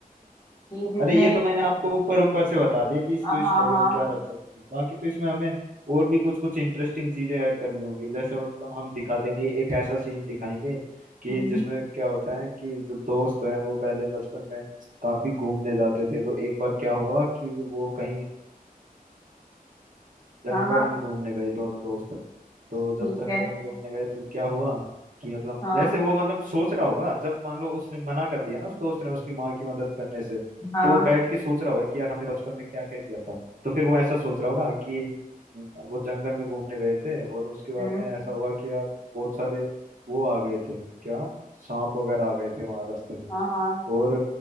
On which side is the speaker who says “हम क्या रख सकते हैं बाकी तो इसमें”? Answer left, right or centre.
Right